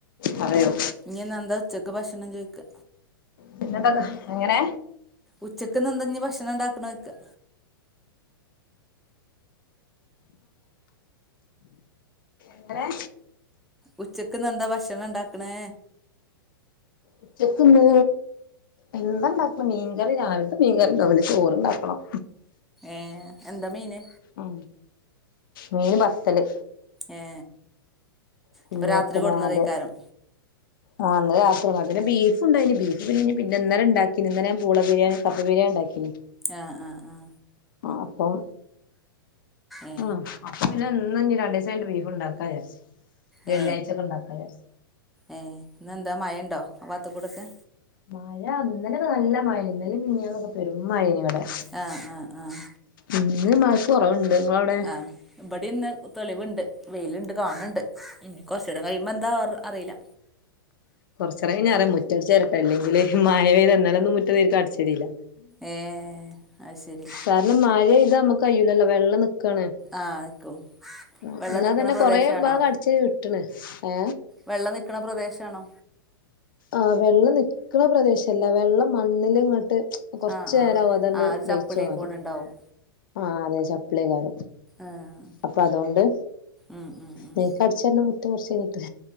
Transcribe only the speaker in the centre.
ഇന്ന്ഞ്ഞ്എന്താ ഉച്ചക്ക് ഭക്ഷണം ചോയ്ക്ക്
ഉച്ചക്ക് നന്തഞ്ഞഞ് ഭക്ഷണം ഇണ്ടാക്കണ ചോയ്ക്ക
ഉച്ചക്ക്ന്ന് എന്താ ഭക്ഷണം ഇണ്ടാക്കണേ
ഏ എന്താ മീന്
ഏ
അപ്പം രാത്രി
കൊടുന്നതേക്കാരം
ആഹ് ആഹ് ആഹ
ഏ
ഏ
ഏ ഇ ന്നന്ന്ന്താ മയണ്ടോ ആവാത്ത് കൂടെഒക്കെ
ആ ആ ആ
ആഹ് ഇവിടെ ഇന്ന് തെളിവുണ്ട് വെയിലുണ്ട് കാണണ്ട് കുറച്ചരെ കൈയുപോ എന്താ അവ അറിയില്ല.
ഏഹ് അത് ശരി
ആഹ് നിക്കും വെള്ളം നിക്കണ
പ്രദേശാണോ
വെള്ളം നിക്കണ പ്രദേശാണോ?
ആഹ്
ആഹ്
ആഹ് ഒരു ചപ്പിളിയായിക്കൊണ്ടുണ്ടാവും
ആഹ്
ഉം ഉം ഉം